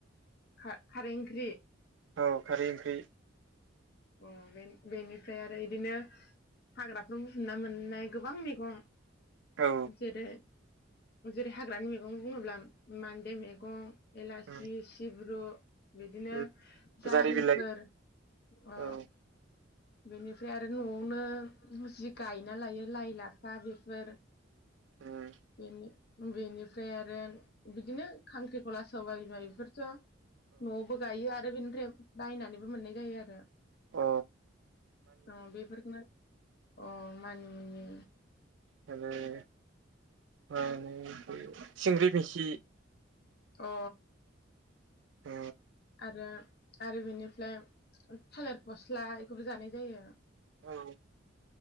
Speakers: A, on the left; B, on the right.
A: खारैओंख्रि
B: औ खारै ओंख्रि
A: अ बे बेनिफ्राय आरो इदिनो हाग्राफ्राव बुफुनना मोननाय गोबां मेगं
B: औ
A: जेरै जेरै हाग्रानि मैगं बुङोब्ला मान्दे मैगं एलासि
B: उम
A: सिब्रु बिदिनो
B: उम
A: जारिफोर
B: जारि बिलाइ
A: अ
B: औ
A: बेनिफ्राय आरो नआवनो जि गायना लायो लाइ लाफा बेफोर
B: औ
A: बेनि बेनिफ्राय आरो बिदिनो खांख्रिखला सबाय बेफोरथ न आवबो गायो आरो बिनि रेब बायनानैबो मोननाय जायो आरो
B: अ
A: औ बेफोरखौनो अ मानिमुनि
B: माने मा होनो सिंग्रि मिखि
A: अ
B: अ
A: आरो आरो बेनिफ्राय थालिर फस्ला इखौबो जानाय जायो
B: औ